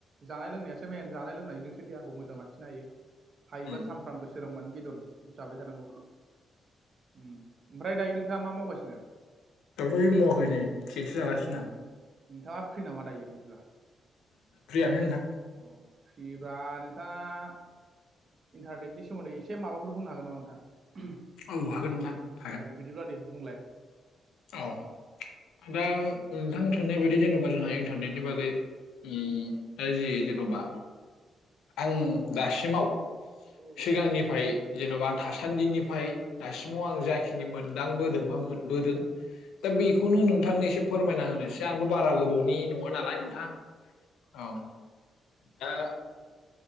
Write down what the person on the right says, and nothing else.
जानाय लोंनायासो सो मेन जानाय लोंनायजोंसो देहाखौ मोजां लाखिनो हायो हायोबा
सामफ्रामबो सोरांबानो बेदर जाबाय थानांगौ उम ओमफ्राय दायो नों थाङा मा मावगासिनो?
अ।
नोंथाङा फ्रि नामा दायो बिदिला?
अ फ्रिबा नोंथाङा इन्टारनेटनि सोमोन्दै एसे माबाफोर बुंनो हागोन नामा नोंथां?
अ बिदिब्ला दे बुंलाय।
औ